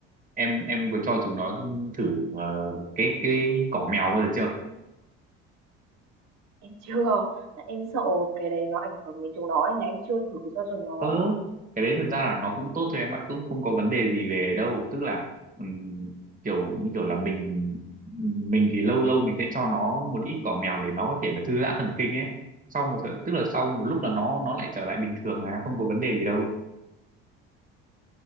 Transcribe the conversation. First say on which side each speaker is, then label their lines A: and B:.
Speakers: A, on the right; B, on the right.
A: em em có cho chúng nó thử ờ, cái cái cỏ mèo bao giờ chưa
B: em chưa em sợ cái đấy nó ảnh hưởng đến chúng nó nên là em chưa thử cho chúng nó
A: ờ cái đấy thật ra là nó cũng tốt thôi em ạ cũng không có vấn đề gì về đâu tức là ừm, kiểu như kiểu là mình mình thì lâu lâu mình sẽ cho nó một ít cỏ mèo để nó có thể là thư giãn thần kinh ấy sau một thời- tức là sau một lúc là nó nó lại trở lại bình thường à không có vấn đề gì đâu